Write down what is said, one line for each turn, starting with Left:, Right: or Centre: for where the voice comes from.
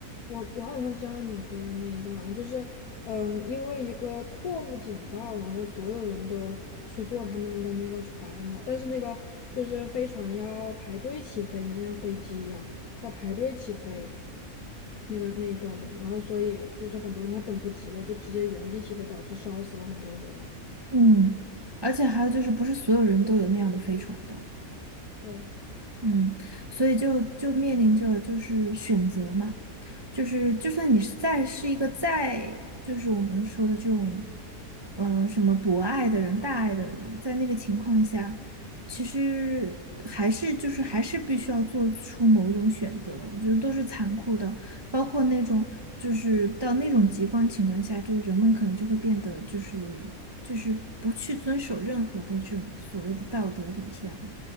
Left: 我我好像知道你说的那一段啊，就是，嗯，因为一个错误警报，然后所有人都去坐他们的那个船了，但是那个就是飞船要排队起飞嘛，就像飞机一样要排队起飞，那个那一段嘛，然后所以就是很多人他等不及了，就直接原地起飞，导致烧死了很多人。
Right: 嗯，而且还有就是不是所有人都有那样的飞船的。
Left: 对。
Right: 嗯，所以就就面临着就是选择嘛，就是就算你是再是一个再就是我们说的这种，呃，什么博爱的人、大爱的人，在那个情况下，其实还是就是还是必须要做出某种选择，我觉得都是残酷的，包括那种就是到那种极端情况下，就是人们可能就会变得就是就是不去遵守任何的这种所谓的道德底线了。